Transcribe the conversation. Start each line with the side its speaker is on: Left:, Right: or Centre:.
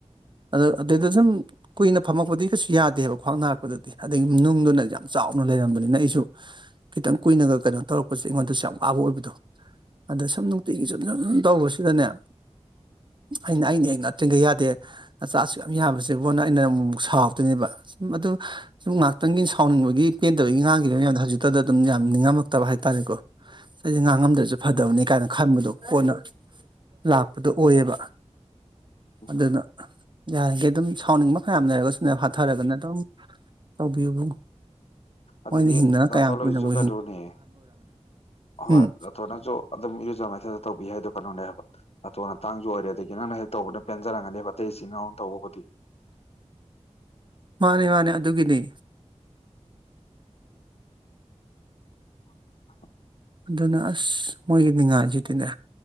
Right: ꯑꯗꯨ ꯑꯗꯨꯗ
Left: ꯎꯝ ꯎꯝ
Right: ꯁꯨꯝ ꯀꯨꯏꯅ ꯐꯝꯃꯛꯄꯗꯤ ꯀꯩꯁꯨ ꯌꯥꯗꯦꯕ ꯈ꯭ꯋꯥꯡ ꯅꯥꯔꯛꯄꯗꯗꯤ ꯑꯗꯒꯤ ꯅꯨꯡꯗꯨꯅ ꯌꯥꯝ ꯆꯥꯎꯅ ꯂꯩꯔꯝꯕꯅꯤꯅ ꯑꯩꯁꯨ ꯈꯤꯇꯪ ꯀꯨꯏꯅꯒ ꯀꯩꯅꯣ ꯇꯧꯔꯛꯄꯁꯦ ꯑꯩꯉꯣꯟꯗꯁꯨ ꯌꯥꯝ ꯄꯥꯕ ꯑꯣꯏꯕꯗꯣ ꯑꯗ ꯁꯨꯝ ꯅꯨꯡꯇꯤꯒꯤ ꯁꯨꯝꯅ ꯑꯗꯨꯝ ꯇꯧꯕꯁꯨ ꯁꯤꯗꯅꯦ ꯑꯩꯅ ꯑꯩꯅ ꯍꯦꯛ ꯉꯥꯛꯠꯇ꯭ꯔꯤꯉꯩ ꯌꯥꯗꯦ ꯑꯆꯥꯁꯨ ꯌꯥꯝ ꯌꯥꯕꯁꯦꯕꯣꯟꯅ ꯑꯩꯅ ꯑꯃꯛ ꯑꯃꯨꯛ ꯁꯥꯎꯗꯣꯏꯅꯦꯕ ꯁꯨꯝ ꯑꯗꯨ ꯁꯨꯝ ꯉꯥꯏꯍꯥꯛꯇꯪꯒꯤ ꯁꯥꯎꯅꯤꯡꯕꯒꯤ ꯄꯦꯟꯗꯕꯒꯤ ꯉꯥꯡꯈꯤꯕꯒꯤ ꯃꯌꯥꯝꯗꯣ ꯍꯧꯖꯤꯛꯇꯗ ꯑꯗꯨꯝ ꯌꯥꯝ ꯅꯤꯡꯉꯝꯃꯛꯇꯕ ꯍꯥꯏꯇꯥꯔꯦꯀꯣ ꯑꯩꯁꯦ ꯉꯥꯡꯉꯝꯗ꯭ꯔꯁꯨ
Left: ꯎꯝ
Right: ꯐꯗꯕꯅꯤ ꯀꯥꯏꯅ ꯈꯟꯕꯗꯣ ꯀꯣꯟꯅ ꯂꯥꯛꯄꯗꯨ ꯑꯣꯏꯌꯦꯕ
Left: ꯎꯝ
Right: ꯑꯗꯨꯅ ꯌꯥꯔꯤꯈꯩ ꯑꯗꯨꯝ ꯁꯥꯎꯅꯤꯡꯕ ꯍꯝꯅꯔꯦꯒꯣꯅ ꯐꯊꯔꯒꯣꯅꯝ ꯇꯧꯕꯤꯌꯨꯕꯨ
Left: ꯑꯗꯒꯤ
Right: ꯃꯣꯏꯅ ꯍꯤꯡꯗꯅ
Left: ꯅꯥꯇꯣꯟ
Right: ꯀꯌꯥꯝ ꯀꯨꯏꯅꯕꯨ
Left: ꯍꯣꯏꯁꯨ ꯀꯩꯅꯣꯅꯦ ꯍꯣꯏ
Right: ꯎꯝ
Left: ꯑꯗꯣ ꯅꯪꯁꯨ ꯑꯗꯨꯝ ꯏꯔꯨꯖ ꯃꯥꯏꯗꯥ ꯇꯧꯕꯤ ꯍꯥꯏꯗꯣ ꯀꯩꯅꯣꯅꯦ ꯍꯥꯏꯕ ꯑꯇꯣꯅꯇꯥꯡꯁꯨ ꯑꯣꯏꯔꯦ ꯑꯗꯒꯤ ꯅꯪꯅ ꯍꯦꯛ ꯇꯧꯕꯅ ꯄꯦꯟꯖꯔꯝꯒꯅꯦꯕ ꯑꯇꯩ ꯏꯆꯤꯅꯥꯎꯅ ꯇꯧꯕꯕꯨꯗꯤ
Right: ꯃꯥꯅꯦ ꯃꯥꯅꯦ ꯑꯗꯨꯒꯤꯅꯦ
Left: <unintelligible>
Right: ꯑꯗꯨꯅꯤ ꯑꯁ ꯃꯣꯏꯒꯤ ꯅꯤꯡꯉꯥꯏꯁꯤꯗꯤꯅꯦ